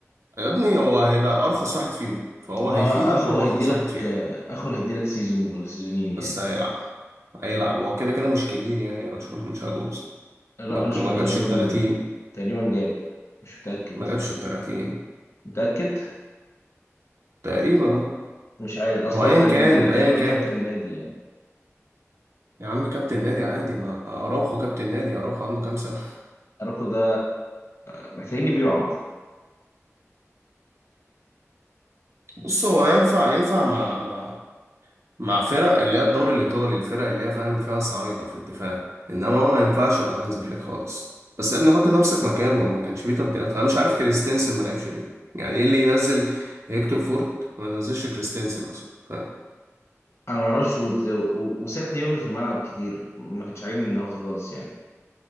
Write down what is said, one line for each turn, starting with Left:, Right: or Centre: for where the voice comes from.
Right: يا ابني هو هيبقى أرخص واحد فيهم فهو
Left: ما
Right: هيفيدك
Left: هو اخره
Right: وهو
Left: هيديلك
Right: أرخص واحد فيهم
Left: آه، اخره هيديلك سيزون ولا سيزونين يعني
Right: بس هيلعب هيلعب هو كده كده مش كبير يعني راشفورد مش عجوز
Left: لا
Right: ما
Left: راشفورد
Right: ما جابش
Left: تقريبا
Right: التلاتين
Left: تقريبا جاب مش متأكد
Right: ما جابش التلاتين
Left: متأكد
Right: تقريبا اه
Left: مش عارف اصل
Right: هو أيا
Left: هو كان
Right: كان
Left: آه، تقريبا
Right: أيا كان
Left: كابتن النادي يعني
Right: يا عم كابتن نادي عادي ما أراوخو كابتن نادي أراوخو عنده كام سنة
Left: اراخو ده آه، محتاجين يبيعوا عامة
Right: بص هو ينفع ينفع مع مع مع فرق اللي هي الدوري الإيطالي الفرق اللي هي فاهم فيها صعايدة في الدفاع إنما هو ما ينفعش مع هانز فليك خالص بس يا ابني حط نفسك مكانه وما كانش فيه تبديلات أنا مش عارف كريستنسن ما لعبش ليه يعني إيه اللي ينزل هيكتور فورت ما ينزلش كريستنسن مثلا فاهم
Left: انا ما اعرفش وت- و- وساب ديونج في الملعب كتير ما كانش عاجبني النهارده خالص يعني